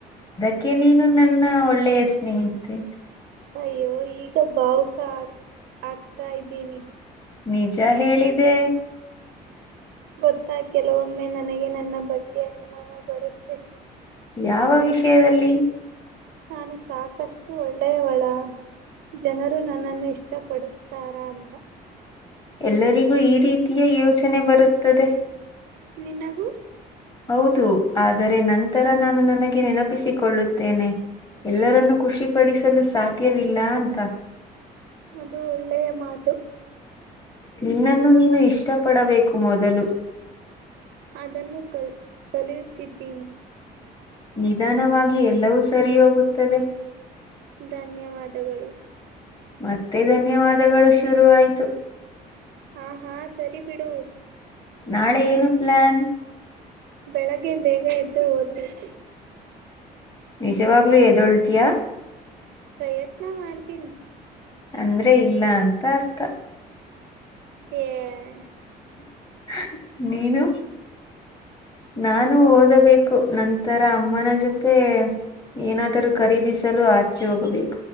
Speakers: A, on the left (about 25°); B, on the right (about 80°).
A: ಅದಕ್ಕೆ ನೀನು ನನ್ನ ಒಳ್ಳೆಯ ಸ್ನೇಹಿತೆ
B: ಅಯ್ಯೋ ಈಗ ಬಾವುಕ ಆ ಆಗ್ತಾ ಇದ್ದೀನಿ
A: ನಿಜ ಹೇಳಿದೆೆ
B: ಗೊತ್ತಾ ಕೆಲವೊಮ್ಮೆ ನನಗೆ ನನ್ನ ಬಗ್ಗೆ ಅನುಮಾನ ಬರುತ್ತೆ
A: ಯಾವ ವಿಷಯದಲ್ಲಿ
B: ನಾನು ಸಾಕಷ್ಟು ಒಳ್ಳೆಯವಳ ಜನರು ನನ್ನನ್ನು ಇಷ್ಟ ಪಡುತ್ತಾರ ಅಂತ
A: ಎಲ್ಲರಿಗೂ ಈ ರೀತಿಯ ಯೋಚನೆ ಬರುತ್ತದೆ
B: ನಿನಗೂ
A: ಹೌದು ಆದರೆ ನಂತರ ನಾನು ನನಗೆ ನೆನಪಿಸಿಕೊಳ್ಳುತ್ತೇನೆ ಎಲ್ಲರನ್ನೂ ಖುಷಿಪಡಿಸಲು ಸಾಧ್ಯವಿಲ್ಲ ಅಂತ
B: ಅದು ಒಳ್ಳೆಯ ಮಾತು
A: ನಿನ್ನನ್ನು ನೀನು ಇಷ್ಟ ಪಡಬೇಕು ಮೊದಲು
B: ಅದನ್ನು ಕಲ್ ಕಲಿಯುತ್ತಿದ್ದೀನಿ
A: ನಿಧಾನವಾಗಿ ಎಲ್ಲವೂ ಸರಿ ಹೋಗುತ್ತದೆ
B: ಧನ್ಯವಾದಗಳು
A: ಮತ್ತೆ ಧನ್ಯವಾದಗಳು ಶುರುವಾಯಿತ್ತು
B: ಹಾ ಹಾ ಸರಿ ಬಿಡು
A: ನಾಳೆ ಏನು ಪ್ಲಾನ್
B: ಬೆಳಗ್ಗೆ ಬೇಗ ಎದ್ದು ಓದ್ಬೇಕು
A: ನಿಜವಾಗ್ಲು ಎದ್ದೇಳೋತಿಯ
B: ಪ್ರಯತ್ನ ಮಾಡ್ತೀನಿ
A: ಅಂದ್ರೆ ಇಲ್ಲ ಅಂತ ಅರ್ಥ
B: ಹೇಯ್
A: <inaudible> ನೀನು ನಾನು ಓದಬೇಕು ನಂತರ ಅಮ್ಮನ ಜೊತೆ ಏನಾದರೂ ಖರೀದಿಸಲು ಆಚೆ ಹೋಗ್ಬೇಕು